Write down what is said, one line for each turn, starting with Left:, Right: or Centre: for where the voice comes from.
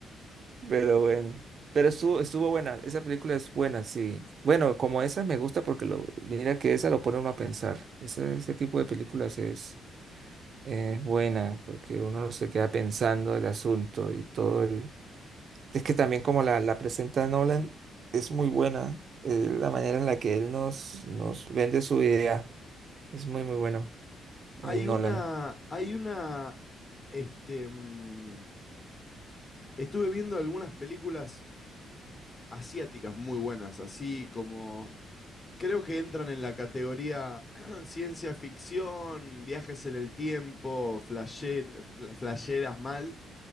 Right: Pero bueno, pero estuvo, estuvo buena, esa película es buena, sí. Bueno, como esa me gusta porque lo, mira que esa lo pone uno a pensar. Ese, ese tipo de películas es eh, buena porque uno se queda pensando el asunto y todo el... Es que también como la, la presenta Nolan, es muy buena eh, la manera en la que él nos, nos vende su idea. Es muy, muy bueno, el
Left: Hay
Right: Nolan.
Left: una, hay una, este, mm, estuve viendo algunas películas asiáticas muy buenas, así como, creo que entran en la categoría <clears throat> ciencia ficción, viajes en el tiempo, flasher, fla- flasheras mal,